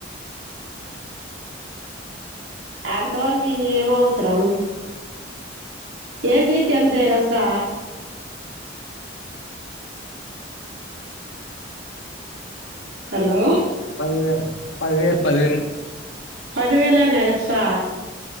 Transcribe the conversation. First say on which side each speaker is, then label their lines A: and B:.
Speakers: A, on the left; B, on the right.
A: ఉ
B: అంతవరకు ఇంగా ఏం అవసరం ఏసీకి ఎంత ఎగస్టా హలో
A: పదివే పది వేల్ పదివేలాన్.
B: పదివేలన్నా ఎగస్టా.